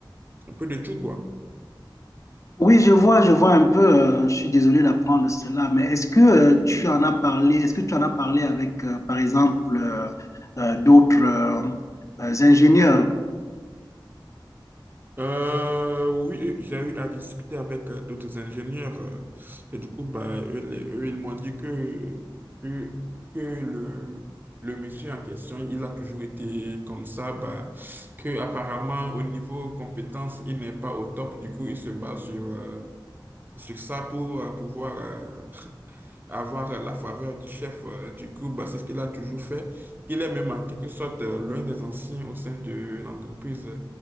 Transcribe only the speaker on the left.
Oui, je vois, je vois un peu. euh, je suis désolé d'apprendre cela, mais est-ce que euh, tu en as parlé, est-ce que tu en as parlé avec, euh, par exemple, euh, euh, d'autres euh, euh, ingénieurs?